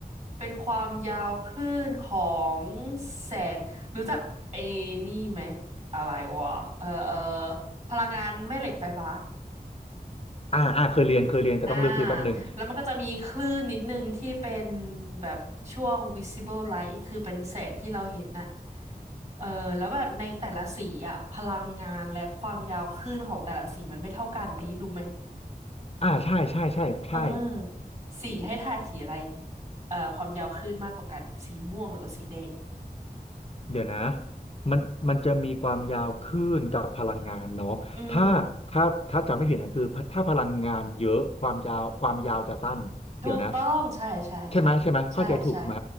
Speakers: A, on the right (about 45°); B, on the left (about 40°).
A: เป็นความยาวคลื่นของแสง รู้จักไอ้นี่ไหมอะไรวะเออเออพลังงานแม่เหล็กไฟฟ้า
B: อ่าอ่าเคยเรียนเคยเรียน แต่ต้องเลือกฟื้นแป๊บหนึ่ง
A: อ่าแล้วมันก็จะมีคลื่นนิดนึงที่เป็นแบบช่วง visible light คือเป็นแสงที่เราเห็นน่ะเออแล้วแบบในแต่ละสีอ่ะพลังงานและความยาวคลื่นของแต่ละสีมันไม่เท่ากันดีรู้ไหม
B: อ่าใช่ใช่ใช่ใช่
A: เออสีให้ทายสีอะไรเอ่อความยาวคลื่นมากกว่ากันสีม่วงหรือว่าสีแดง
B: เดี๋ยวนะมันมันจะมีความยาวคลื่นกับพลังงานเนาะถ้า
A: อืม
B: ถ้าถ้าจำไม่ผิดนะคือ ถ้าพลังงานเยอะ ความยาวความยาวจะสั้น
A: ถูกต้องใช่ใช่ใช่ใช่ใช่
B: เดี๋ยวนะใช่ไหมใช่ไหม เข้าใจถูกไหม